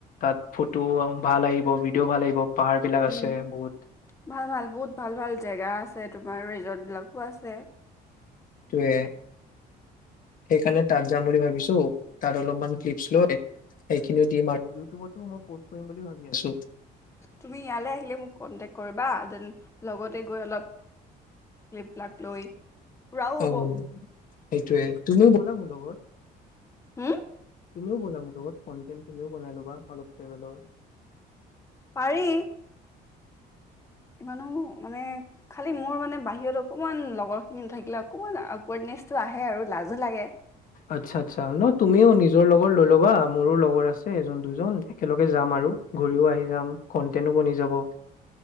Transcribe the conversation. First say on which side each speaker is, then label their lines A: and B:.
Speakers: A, on the left; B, on the left.
A: তাত ফটো ভাল আহিব ভিডিঅ' ভাল আহিব পাহাৰ বিলাক আছে
B: উম,
A: বহুত।
B: ভাল ভাল বহুত ভাল ভাল জেগা আছে তোমাৰ ৰিজৰ্ট বিলাক কোঁ আছে
A: টোৱে, সেইকাৰণে তাত যাম বুলি ভাবিছো তাত অলপমান ক্লিপছ লৈ সেইখিনিও দিম আৰু ইটিউতবত ও ম‌ই পস্ট কৰিম বুলি আছো।
B: তুমি ইয়ালৈ আহিলে মোক কণ্টেক্ট কৰিবা, দেন লগতে গৈ অলপ ক্লিপ বিলাক লৈ ফুৰাও হ'ব।
A: অ সেইটোয়ে তুমি ব'লা ম লগত
B: হম
A: তুমিও বলা মোৰ লগত কনটেণ্ট তুমিও বনাই ল'বা অলপ ট্ৰেভেলৰ
B: পাৰি ইমানো মানে খালি মোৰ মানে বাহিৰত অকণমান লগৰখিনি নাথাকিলে অকণমান আকৱাৰ্ডনেছটো আহে আৰু লাজো লাগে
A: আচ্ছা আচ্ছা ন তুমিও নিজৰ লগৰ লৈ ল'বা মোৰো লগৰ আছে এজন দুজন একেলগে যাম আৰু ঘূৰিও আহি যাম কন্টেনো বনি যাব